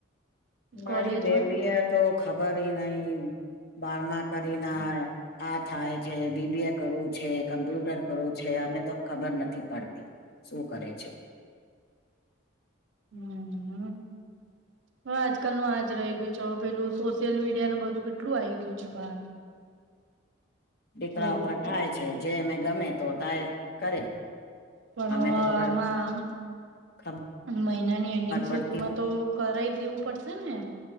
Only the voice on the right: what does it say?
કોલેજમાં
હમ. હવે આજકાલનું આજ રહી ગયું છે ચ પેલું સોશિયલ મીડિયાને બધું કેટલું આવી ગયું છે બહાર
બધું
પણ
આમાં
મહિનાની એન્ડિંગ સુધીમાં
તો કરાવ દેવું પડશે ને